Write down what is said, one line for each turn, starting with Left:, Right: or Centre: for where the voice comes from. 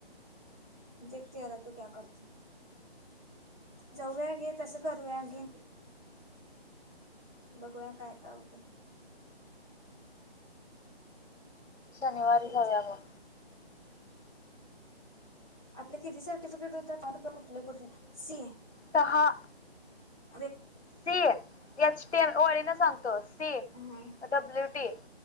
Centre: देखते हरा तू क्या करते. जाऊया घे, तसं करूया घे बघूया काय काय होते.
Left: शनिवारी
Centre: तेच
Left: जाऊया मग,
Centre: आपल्या किती सर्टिफिकेट होत कुठले, कुठले सी
Left: सहा
Centre: व
Left: सी एचटी ओळी न सांगतो सी
Centre: ह
Left: डब्ल्यू टी.